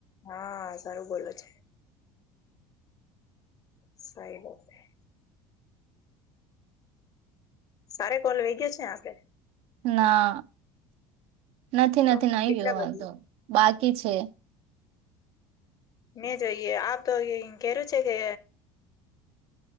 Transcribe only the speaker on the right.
ના નથી
નથી નાઈ
ગયો વાંધો
બાકી છે